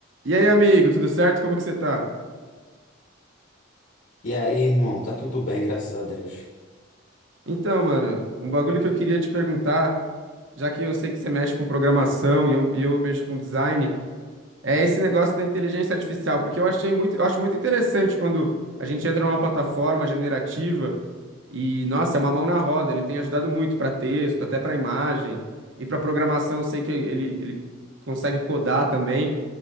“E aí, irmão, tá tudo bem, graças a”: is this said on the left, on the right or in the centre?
Left